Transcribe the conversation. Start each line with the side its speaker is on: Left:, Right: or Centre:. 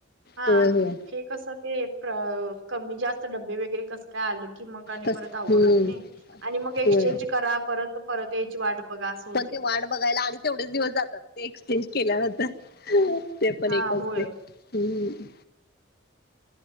Right: हा
Left: होय होय
Right: <unintelligible> कसं ते कमी जास्त डबे वगैरे कसं काय आलं की, मग आणि
Left: तस
Right: परत अवघड
Left: हम्म
Right: होते नाही. आणि मग एक्सचेंज
Left: होय
Right: करा परत परत यायची वाट बघा असं होतय
Left: पण ते वाट बघायला आणि तेवढेच दिवस जातात ते एक्सचेंज केल्यानंतर पण
Right: हा
Left: एक असतंय
Right: होय.
Left: हम्म.